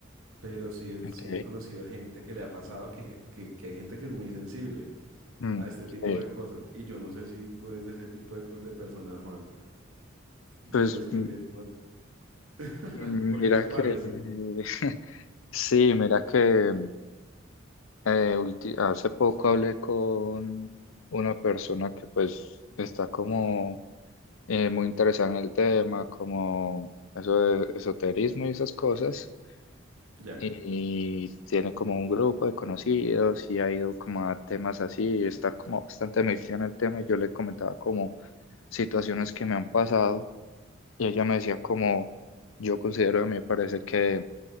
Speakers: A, on the right (about 85°); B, on the left (about 75°).
A: pero sí, es-
B: ok.
A: sí he conocido gente que le ha pasado que, que que hay gente que es muy sensible.
B: Mm,
A: a este tipo
B: sí.
A: de cosas. Y yo no sé si tú eres de ese tipo de, co- de personas, Juan, de
B: Pues
A: los que
B: mm,
A: tienen, <laughs>
B: mira
A: porque eso parece.
B: que, <laughs> sí, mira que eh, ulti- hace poco hablé con una persona que pues está como eh, muy interesada en el tema, como eso de esoterismo y esas cosas.
A: Ya,
B: Y tiene como un grupo de conocidos y ha ido como a temas así, está como bastante metida en el tema y yo le comentaba como situaciones que me han pasado y ella me decía como yo considero, a mí me parece que